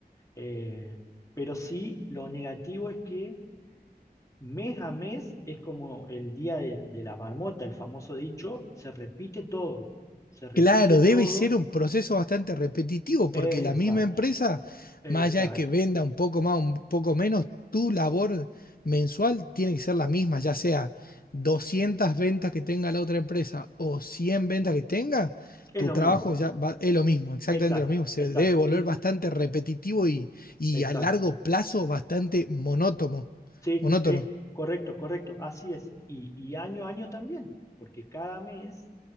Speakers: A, on the left; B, on the left.
A: Eh, pero sí, lo negativo es que mes a mes es como el día de, de la marmota, el famoso dicho, se repite todo, se repite
B: Claro,
A: todo,
B: debe ser un proceso bastante repetitivo
A: eh,
B: porque la
A: exacto,
B: misma empresa,
A: exacto,
B: más allá de que venda un poco más, un poco menos, tu labor mensual tiene que ser la misma, ya sea 200 ventas que tenga la otra empresa o 100 ventas que tenga,
A: es
B: tu
A: lo
B: trabajo
A: mismo.
B: ya va- es lo mismo, exactamente
A: Exacto,
B: lo mismo. Se
A: exacto.
B: debe volver
A: Y
B: bastante repetitivo y, y
A: Exacto.
B: a largo plazo bastante monótono,
A: Sí,
B: monótono.
A: sí, correcto, correcto. Así es. Y, y año a año también, porque cada mes